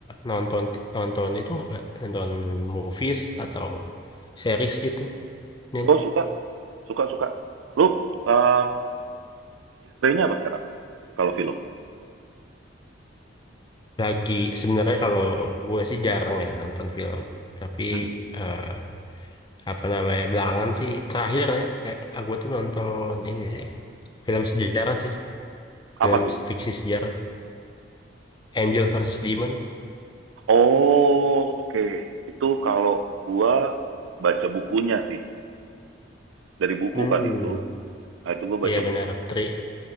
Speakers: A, on the left (about 25°); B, on the right (about 85°).
A: nonton nonton itu nggak nonton movies atau series gitu, Nin?
B: oh suka suka suka lu genre-nya apa sekarang kalau film
A: Lagi sebenarnya kalau gue sih jarang ya nonton film, tapi
B: Mm-mm.
A: eh, apa namanya belakangan sih terakhir ya, saya aku tuh nonton ini sih film sejarah sih,
B: apa
A: film
B: tuh
A: fiksi sejarah Angel versus Demon.
B: oh oke itu kalau gua baca bukunya sih dari buku
A: Hmm,
B: kan itu nah itu gua
A: iya
B: baca
A: benar,
B: bukunya
A: Tri,